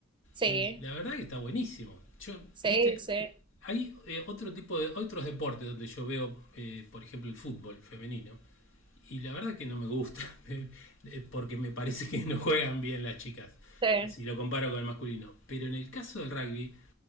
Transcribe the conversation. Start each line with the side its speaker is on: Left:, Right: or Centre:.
Right: Sí,
Left: Y la verdad que está buenísimo. Yo,
Right: sí,
Left: viste,
Right: sí,
Left: hay eh, otro tipo de otros deportes donde yo veo, eh, por ejemplo, el fútbol femenino. Y la verdad que no me gusta, <laughs> eh, porque me parece que no juegan bien las chicas,
Right: sí,
Left: si lo comparo con el masculino. Pero en el caso del rugby,